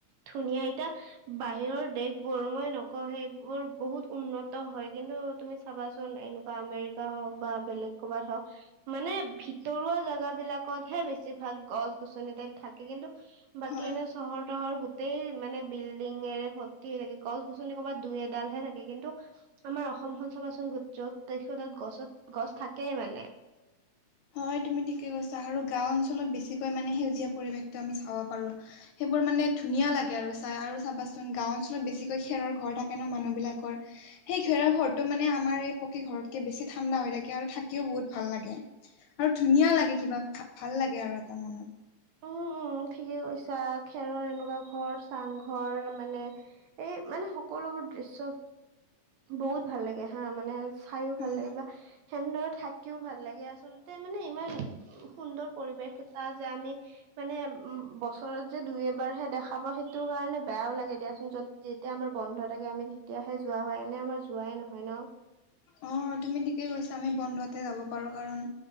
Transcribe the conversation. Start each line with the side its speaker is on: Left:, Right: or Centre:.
Right: ধুনীয়া এতিয়া। বাহিৰৰ দেশ বোৰ মই নকওঁ সেইবোৰ বহুত উন্নত হয় কিন্তু তুমি, চাবাচোন এনেকুৱা আমেৰিকা হওক বা বেলেগ ক'বাত হওক, মানে ভিতৰুৱা জাগা বিলাকতহে বেছি। বেছিভাগ গছ গছনি টাইপ থাকে কিন্তু বাকী
Left: হয়
Right: এনে, চহৰ তহৰ গোটেই মানে বিল্ডিঙেৰে ভৰ্তি হৈ থাকে গছ গছনি ক'ৰবাত দুই এডালহে থাকে কিন্তু, আমাৰ অসমখন চাবাচোন গোট য'ত দেখি তাত গছত গছ থাকেই মানে।
Left: হয় তুমি ঠিকেই কৈছা আৰু গাঁও অঞ্চলত বেছিকৈ মানে সেউজীয়া পৰিৱেশ। আমি চাব পাৰো সেইবোৰ মানে ধুনীয়া লাগে আৰু চাই আৰু চাবাচোন গাঁও অঞ্চলত বেছিকৈ খেৰৰ ঘৰ থাকে ন মানুহবিলাকৰ, সেই খেৰৰ ঘৰটো মানে আমাৰ এই পকী ঘৰতকে বেছি ঠাণ্ডা হৈ থাকে আৰু থাকিও বহুত ভাল লাগে। আৰু ধুনীয়া লাগে কিবা ভাল লাগে আৰু এটা মনত,
Right: উম উম ঠিকে কৈছা খেৰৰ এনেকুৱা ঘৰ চাংঘৰ মানে। এই মানে সকলোবোৰ দৃশ্য বহুত ভাল লাগে হা মানে। চাইও ভাল
Left: উম,
Right: লাগে বা, সেনেদৰে থাকিও ভাল লাগে আচলতে মানে ইমান সুন্দৰ পৰিৱেশ এটা যে আমি। মানে উম বছৰত যে দুই এবাৰ হে দেখা পাওঁ সেইটো কাৰণে বেয়াও লাগে দিয়াচোন যত, যেতিয়া আমাৰ বন্ধ থাকে আমি তেতিয়াহে যোৱা হয় এনে আমাৰ যোৱাই নহয় ন।
Left: অ তুমি ঠিকে কৈছা আমি বন্ধতহে যাব পাৰো কাৰণ